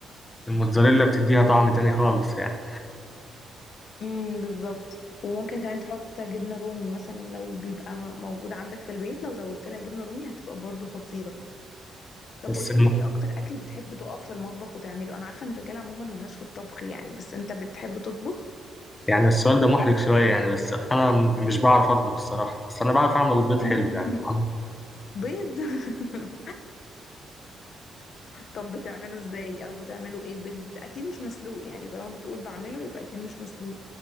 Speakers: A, on the left (about 20°); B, on the left (about 60°).
A: الموتزاريلا بتديها طعم تاني خالص يعني
B: امم بالظبط وممكن كمان تحط جبنة رومي مثلا لو بيبقى م- موجود عندك في البيت لو زودت لها جبنة رومي هتبقى برضو خطيرة طب
A: بس
B: قولي انت ايه اكتر اكل بتحب تقف في المطبخ وتعمله انا عارفة ان الرجالة عموما ملهاش في الطبخ يعني بس انت بتحب تطبخ
A: يعني السؤال ده محرج شوية يعني بس أنا م- مش بعرف أطبخ الصراحة بس أنا بعرف أعمل البيض
B: <laughs>
A: حلو يعني <laughs> الحمد
B: بيض <laughs> طب بتعمله ازاي او بتعمله ايه بيض اكيد مش مسلوق يعني طالما بتقول بعمله يبقى اكيد مش مسلوق